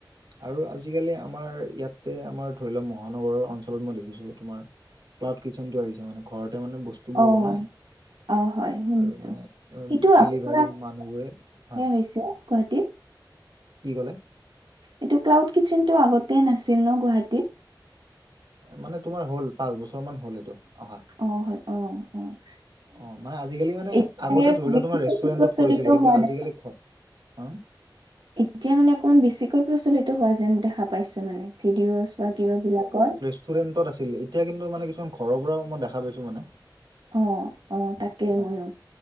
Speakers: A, on the right (about 60°); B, on the right (about 80°).
A: আৰু আজিকালি আমাৰ ইয়াতে আমাৰ ধৰি লওক মহানগৰৰ অঞ্চলত মই দেখিছোঁ তোমাৰ ক্লাউড কিচেন টো আহিছে মানে ঘৰতে মানে বস্তুবোৰ
B: অ',
A: বনাই
B: অ' হয় শুনিছো
A: আৰু মানে
B: সেইটো
A: ডেলিভাৰী
B: আজিৰ পৰা হে
A: মানুহবোৰে হয়
B: হৈছে গুৱাহাটীত।
A: কি ক'লে?
B: এইটো ক্লাউড কিটচন টো আগতেই নাছিল ন' গুৱাহাটীত?
A: মানে তোমাৰ হ'ল পাঁচ বছৰ মান হ'ল এইটো অহা।
B: অ, হয় অ', অ',।
A: অ, মানে আজিকালি মানে
B: এতিয়াহে
A: আগতে ধৰি
B: বেছিকৈ
A: লোৱা তোমাৰ ৰেষ্টুৰেণ্টত
B: প্ৰচলিত
A: কৰিছিল কিন্তু
B: হোৱা
A: আজিকালি
B: দেখা
A: <unintelligible>
B: এতিয়া মানে অকমান বেছিকৈ প্ৰচলিত হোৱা যেন দেখা পাইছোঁ মানে ভিডিঅ'জ বা কিবাবিলাকত।
A: ষ্টুৰেণ্টত আছিল এতিয়া কিন্তু মানে কিছুমান ঘৰৰ পৰাও মই দেখা পাইছো মানে।
B: অ', অ', তাকে
A: অ,
B: ময়ো